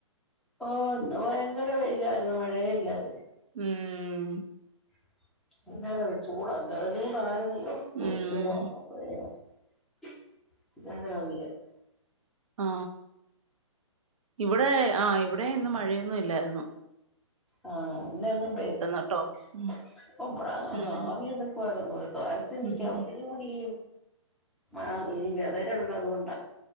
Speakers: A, in the centre; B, on the right.
A: ഓ ഇന്ന് ഭയങ്കര വെയിലാരുന്നു മഴ ഇല്ലാരുന്നു
B: ഉം
A: <unintelligible> ചൂടാ തറ ചൂടാരുന്നു <unintelligible>
B: ഉം
A: <unintelligible>
B: ആ ഇവിടെ ആ ഇവിടെ ഇന്ന് മഴയൊന്നും ഇല്ലാരുന്നു
A: ആ <unintelligible>
B: കേട്ടോ ഉം ഉം
A: ഒരു തരത്തിലും നിക്കാൻ
B: ഉം
A: ഒത്തില്ലാടീ ആ ഇനി <unintelligible> ള്ളതുകൊണ്ടാ